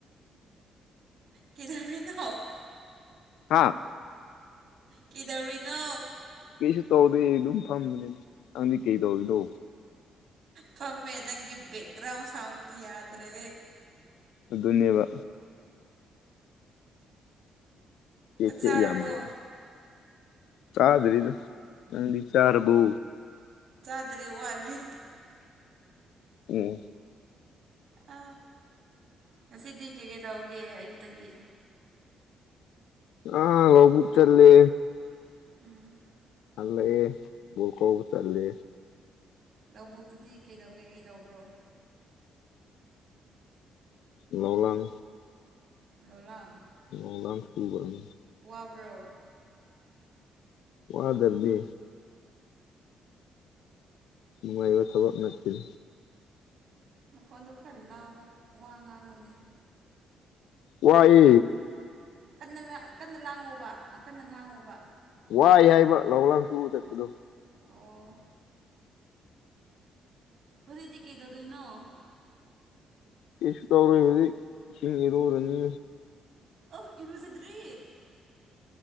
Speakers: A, on the right; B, on the left.
A: ꯀꯩꯗꯧꯔꯤꯅꯣ
B: ꯍꯥꯥ
A: ꯀꯩꯗꯧꯔꯤꯅꯣ
B: ꯀꯩꯁꯨ ꯇꯧꯗꯦ ꯑꯗꯨꯝ ꯐꯝꯕꯅꯤꯅ ꯅꯪꯗꯤ ꯀꯩ ꯇꯧꯔꯤꯅꯣ
A: ꯐꯃꯦ ꯅꯪꯒꯤ ꯕꯦꯛꯒ꯭ꯔꯥꯎꯟ ꯁꯥꯎꯗꯤ ꯌꯥꯗ꯭ꯔꯦ
B: ꯑꯗꯨꯅꯦꯕ
A: ꯆꯥꯛ
B: ꯆꯦ
A: ꯆꯥꯔꯕꯣ
B: ꯌꯥꯝ ꯂꯩ ꯆꯥꯗꯔꯤꯗ ꯅꯪ ꯆꯔꯔꯕꯣ
A: ꯆꯥꯗꯔꯤ ꯋꯥ ꯑꯜꯂꯤ
B: ꯎꯝ
A: ꯑ ꯉꯁꯤꯗꯤ ꯀꯩ ꯀꯩ ꯇꯧꯒꯦ ꯑꯌꯨꯛꯇꯒꯤ
B: ꯑꯥ ꯂꯧꯕꯨꯛ ꯆꯠꯂꯦ
A: ꯎꯝ
B: ꯍꯜꯂꯦꯑꯦ ꯣꯜꯀ ꯃꯆꯥꯠꯂꯦ
A: ꯂꯧꯕꯣꯛꯇꯨꯗꯤ ꯀꯩꯗꯧ ꯀꯩ ꯀꯩꯗꯧꯕ꯭ꯔꯣ
B: ꯂꯂꯥꯡ
A: ꯂꯣꯂꯝ
B: ꯃ ꯅꯝ ꯁꯨꯕꯥꯅꯤ
A: ꯈꯕ꯭ꯔꯣ
B: ꯋꯥꯗꯔꯗꯤ ꯅꯨꯡꯉꯥꯏꯕ ꯊꯥꯕꯛꯅꯇꯤꯟ
A: ꯃꯈꯈꯣꯟꯗꯣ ꯈꯔ ꯂꯥꯎꯅ ꯋꯥ ꯉꯥꯡꯕꯅꯦ
B: ꯋꯥꯏ
A: ꯀ ꯀꯟꯅ ꯂꯥꯡꯉꯣꯕ ꯀꯟꯅ ꯉꯥꯡꯉꯣꯕ
B: ꯋꯥꯏ ꯍꯥꯏꯏꯕ ꯂ ꯂꯥꯡ ꯁꯨ ꯆꯠꯗꯣ
A: ꯑꯣ ꯍꯧꯣꯏꯗꯤ ꯀꯩꯗꯧꯗꯣꯏꯅꯣ
B: ꯀꯁꯨ ꯇꯧꯔꯣꯏ ꯍꯧꯖꯤꯛ ꯏꯁꯤꯡ ꯏꯔꯧꯨꯔꯅꯤ
A: ꯑ ꯏꯔꯨꯖꯗ꯭꯭ꯔꯤ꯫